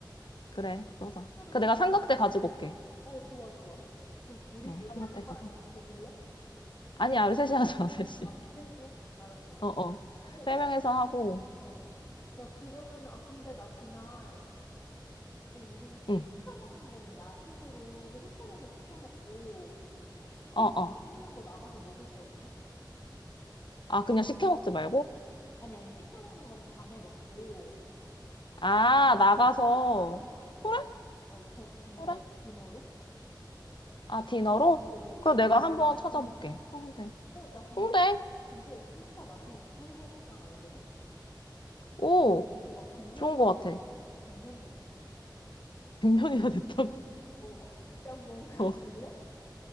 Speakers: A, on the left; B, on the left.
A: 그래 그러자.
B: 폰타로
A: 그
B: 찍.
A: 내가 삼각대 가지고 올게.
B: 어, 좋아, 좋아. 그럼 우리
A: 어
B: 셋이
A: 삼각대
B: 하는 거
A: 가져.
B: 아니면 더 불러?
A: 아니야 우리 셋이 하자 <laughs> 셋이.
B: 아, 우리 셋이 해? 알았어, 알았어.
A: 어어
B: 어,
A: 세 명에서 하고
B: 어. 야, 그러면은, 아, 근데 나 그날, 뭐, 우리 시켜
A: 응
B: 먹는 거는 야식으로 호텔에서 시켜 먹고,
A: 어어
B: 좀 맛있는 거 나가서 먹을 데 없나?
A: 아 그냥 시켜 먹지 말고
B: 아니, 아니, 시켜 먹는 거는 밤에 먹고,
A: 아
B: 나
A: 나가서
B: 하는 데 갈 데
A: 그래
B: 없나? 어, 저 디너,
A: 그래
B: 디너로?
A: 아, 디너로?
B: 어, 너 홍대
A: 그래, 내가 음. 한번
B: 괜찮은
A: 찾아볼게.
B: 거 알아?
A: 홍대.
B: 어, 나 근데
A: 홍대?
B: 근처에 진짜 맛있는 이탈리아 식당 알거든?
A: 오,
B: 어, 막 100년
A: 좋은 것 같아.
B: 됐대. 백년 됐어.
A: 100년이나 됐다고?
B: 어, <laughs> 거기 한번 가볼래?
A: <laughs> 어.